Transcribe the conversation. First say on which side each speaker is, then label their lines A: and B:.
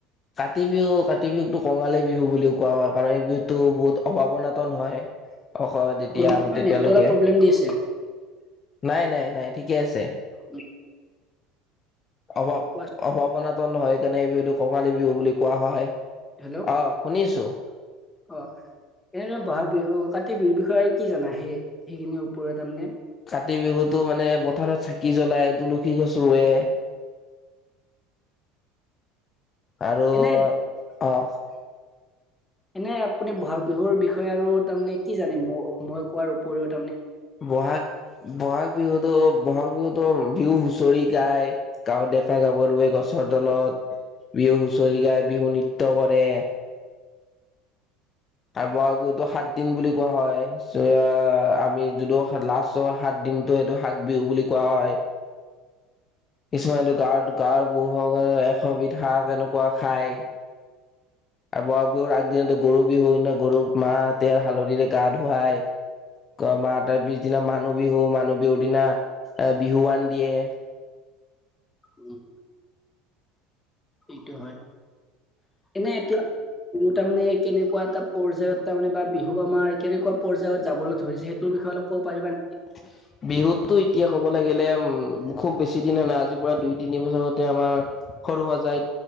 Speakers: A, on the left; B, on the left.
A: কাতি বিহু কাতি বিহুকটো কঙালী বিহু বুলিও কোৱা হয়। কাৰণ এই বিহুটো বহুত অভাৱনাতন হয়। অসমত এতিয়া
B: বন্ধু তোমাৰ
A: তেতিয়ালৈকে
B: নেটটো অলপ প্ৰব্লেম দি আছে,
A: নাই নাই নাই ঠিকে আছে।
B: উম
A: অভাৱ
B: কোৱা
A: অভাৱনাত নহয়, সেইকাৰণে এই বিহুটো কঙালী বিহু বুলি কোৱা হয়।
B: হেল্ল'
A: অ শুনিছোঁ।
B: অ এনেদ বহাগ বিহু আহ কাতি বিহুৰ বিষয়ে আৰু কি জানা? সেই সেইখিনিৰ ওপৰত তাৰমানে।
A: কাতি বিহুতো মানে পথাৰত চাকি জ্বলাই তুলসী গছ ৰুৱে। আৰু
B: এনে
A: আহ।
B: এনে আপুনি বহাগ বিহুৰ বিষয়ে আৰু তাৰমানে কি জানে? ম মই কোৱাৰ উপওৰিৰত।
A: বহাগ, বহাগ। বহাগ বিহুতো ব'হাগ বিহুতো বিহু হুঁচৰি গায়, গাৱ ডেকা গাভৰুৱে গছৰ তলত। বিহু হোচৰি গাই, বিহু নৃত্য কৰে। আৰু বহাগ বিহুতো সাত দিন বুলি কোৱা হয়। আমি যদিও লাষ্টৰ সাত দিনতো সেইটো সাগ বিহু বুলি কোৱা হয়। কিছুমানটো গাঁ গাঁৱ ব এশবিধ হাঁহ এনেকুৱা খায়। <unintelligible> আৰু বহাগ বিহুৰ আগদিনতো গৰু বিহু ন গৰুক মাহতে হালধিৰে গা ধুৱায়। ক মা তাৰ পিছদিনা মানুহ বিহু মানুহ বিহুৰ দিনা এ বিহুৱান দিয়ে।
B: উম। এইটো হয়, এনেই এতিয়া <unintelligible> তাৰমানে কেনেকুৱা এটা পৰ্যায়ত তাৰমানে বা বিহু আমাৰ কেনেকুৱা পৰ্যায়ত যাবলৈ ধৰিছে সেইটো বিষয়ে অলপ কব পাৰিবানি?
A: <inaudible> বিহুতো এতিয়া ক'ব লাগিলে, উম, খুব বেছি দিন নাই আজিৰ পৰা দুই তিনি বছৰতে আমাৰ সৰু সজাইত